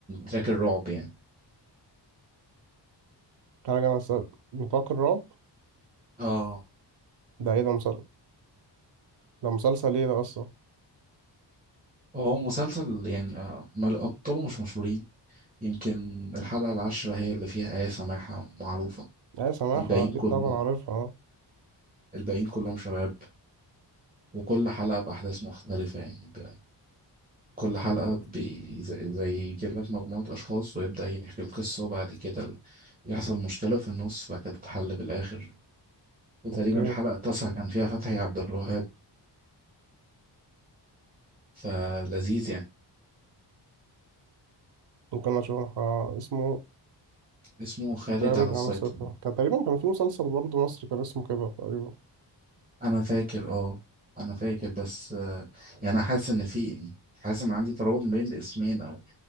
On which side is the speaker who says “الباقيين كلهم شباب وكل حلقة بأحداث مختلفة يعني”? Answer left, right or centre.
Right